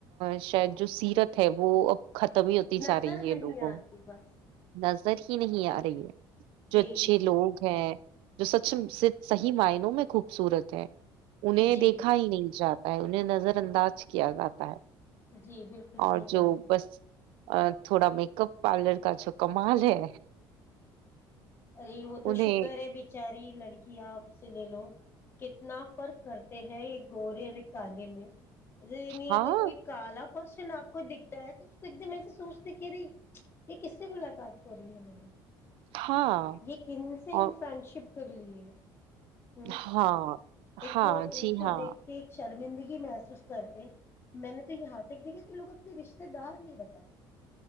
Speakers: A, on the right; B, on the left.
A: شاید جو سیرت ہے وہ ختم ہی ہوتی
B: نظر
A: جا رہی
B: نہیں
A: ہے لوگوں
B: آتی
A: میں
B: بس
A: بس سر ہی نہیں آ رہی ہے جو
B: جی
A: اچھے لوگ ہیں جو سچ صحیح معنوں میں خوبصورت ہے انہیں
B: جی
A: دیکھا
B: بالکل
A: ہی نہیں جاتا ان نظر انداز کیا جاتا ہے
B: جی بالکل
A: اور
B: صحیح کاپ
A: جو
B: نے
A: بس تھوڑا میک اپ پارلر کا جو کمال ہے
B: ارے وہ
A: انہیں
B: تو شکر ہے بچاری لڑکی آپ سے لے لو کتنا فرق کرتے ہیں یہ گورے اور کالے میں ج نہیں
A: ہاں
B: اگر کوئی کالا پرس آپ کو دکھتا ہے تو اس کو ایک دم ای سے سوچتے کہ رہی یہ کس سے ملاقات ہو رہی ہے ہم
A: ہاں
B: یہ کن سے ہم
A: اور
B: فرینڈ شپ کر لیے ہ
A: ہاں
B: ایک
A: ہاں
B: ان
A: جی
B: کو
A: ہاں
B: دیکھ کے ایک شرمندگی محسوس کرتے میں نے تو یہاں تک دیکھا کہ لوگ اپنے رشتے دار نہیں بتاتے